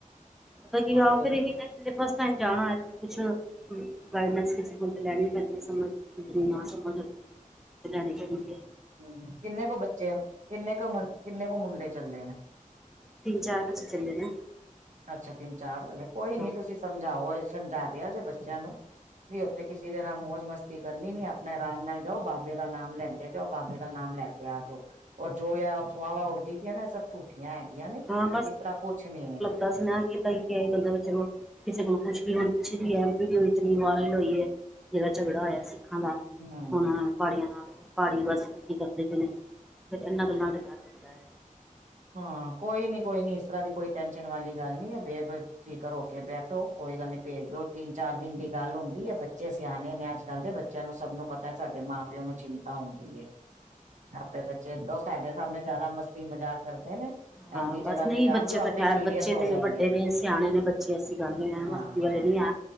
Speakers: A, in the centre; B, on the right.
A: ਪਤਾ ਕੀ
B: ਔਰ
A: ਆਖਰੀ
B: ਕੋਈ
A: ਇਹੀ ਨੇ ਤੇ ਫਸਟ ਟਇਮ ਜਾਣਾ ਹੈ ਕੁਛੋ। ਗਾਈਡਨੈਂਸ ਕਿਸੇ ਕੋਲ ਤੇ ਲੈਣੀ ਪੈਂਦੀ ਸਮਝ ਨਾ ਸਮਝ ਤੇ ਲੈਣੀ ਕਿਹੜੀ ਹੈਗੀ ਏ।
B: ਹੂੰ, ਕਿੰਨੇ ਕੁ ਬੱਚੇ ਆ, ਕਿੰਨੇ ਕੁ ਮੁ ਕਿੰਨੇ ਕੁ ਮੁੰਡੇ ਚੱਲੇ ਨੇ?
A: ਤਿੰਨ ਚਾਰ ਬੱਚੇ ਚੱਲੇ ਨੇ।
B: ਅੱਛਾ ਤਿੰਨ- ਚਾਰ ਚੱਲੇ, ਕੋਈ ਨੀ
A: ਹਾਂ।
B: ਤੁਸੀਂ ਸਮਝਾਓ ਸਮਝਾ ਦਿਆ ਜੇ ਬੱਚਿਆਂ ਨੂੰ। ਵੀ ਉੱਥੇ ਕਿਸੇ ਦੇ ਨਾਲ ਮੌਜ ਮਸਤੀ ਕਰਨੀ ਨੀ, ਆਪਣੇ ਆਰਾਮ ਨਾਲ ਜਾਓ, ਬਾਬੇ ਦਾ ਨਾਮ ਲੈਂਦੇ ਜਾਓ ਬਾਬੇ ਦਾ ਨਾਮ ਲੈ ਕੇ ਆ ਜਾਓ, ਔਰ ਜੋ ਇਹ ਅਫ਼ਵਾਹਾਂ ਉੱਡਦੀ ਪਏ ਏ ਨਾ ਏ ਸਭ ਝੂਠੀਆਂ ਹੈਗੀਆਂ ਨੇ,
A: ਹਾਂ
B: ਇਸ ਤਰਾਂ ਕੁਛ ਨੀ ਏ।
A: ਬਸ ਮੈਂ ਕੀਤਾ ਕੀ ਆਏ ਬੰਦਾ ਚਲੋ ਕਿਸੇ ਕੋਲ ਪੁੱਛ ਲਈਏ ਹੁਣ ਪਿੱਛੇ ਜਿਹੇ ਐਮ ਪੀ ਵਿੱਚ ਵੀਡੀਓ ਕਿੰਨੀ ਵਾਇਰਲ ਹੋਈ ਏ। ਜਿਹੜਾ ਝਗੜਾ ਹੋਇਆ ਸਿੱਖਾਂ ਦਾ।
B: ਹੂੰ।
A: ਹਾ ਪਹਾੜੀਆਂ ਨਾਲ ਪਹਾੜੀ ਬਸ ਕੀ ਕਰਦੇ ਪਏ ਨੇ, ਫੇਰ ਇਹਨਾਂ ਗੱਲਾਂ ਦੇ ਡਰ ਲਗਦਾ ਏ।
B: ਹਾਂ, ਕੋਈ ਨੀ- ਕੋਈ ਨੀ ਇਸ ਤਰਾ ਦੀ ਕੋਈ ਟੈਂਸ਼ਨ ਵਾਲੀ ਗੱਲ ਨੀ ਬੇਪਰ ਬੇਫ਼ਿਕਰ ਹੋ ਕੇ ਬੈਠੋ, ਕੋਈ ਗੱਲ ਨੀ ਭੇਜ ਦੋ ਤਿੰਨ- ਚਾਰ ਦਿਨ ਦੀ ਗੱਲ ਹੁੰਦੀ ਐ ਬੱਚੇ ਸਿਆਣੇ ਨੇ ਅੱਜ- ਕੱਲ ਬੱਚਿਆਂ ਨੂੰ ਸਭ ਨੂੰ ਪਤਾ ਏ, ਸਾਡੇ ਮਾਂ ਪਿਓ ਨੂੰ ਚਿੰਤਾ ਹੁੰਦੀ ਏ। ਆਪੇ ਬੱਚੇ ਓ ਸਾਡੇ ਸਾਹਮਣੇ ਜ਼ਿਆਦਾ ਮਸਤੀ ਮਜ਼ਾਕ ਕਰਦੇ ਨੇ।
A: ਹਾਂ
B: ਐਦੀ ਜਗ੍ਹਾ
A: ਬਸ ਨਹੀਂ
B: ਤੇ ਜਾਣਗੇ
A: ਬੱਚੇ
B: ਆਪੇ
A: ਤਾਂ ਖੈਰ
B: ਸੀਰੀਅਸ
A: ਬੱਚੇ
B: ਹੋ
A: ਤੇ
B: ਜਾਣਗੇ
A: ਵੱਡੇ ਨੇ, ਸਿਆਣੇ ਨੇ ਬੱਚੇ ਐਸੀਂ ਗੱਲ ਨੀ ਐ।
B: ਹਾਂ
A: ਗੱਲ
B: ਹਾਂ
A: ਏਹੀ ਐ,